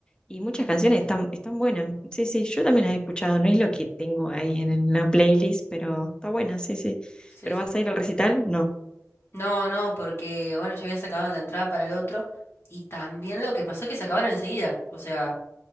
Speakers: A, on the left; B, on the left.
A: y muchas canciones están, están buenas. Sí, sí, yo también las he escuchado, no es lo que tengo ahí en una playlist, pero está buena, sí, sí.
B: Sí,
A: ¿Pero
B: sí.
A: vas a ir al recital? No.
B: No, no, porque bueno, ya había sacado la entrada para el otro. Y también lo que pasó es que se acabaron enseguida. O sea,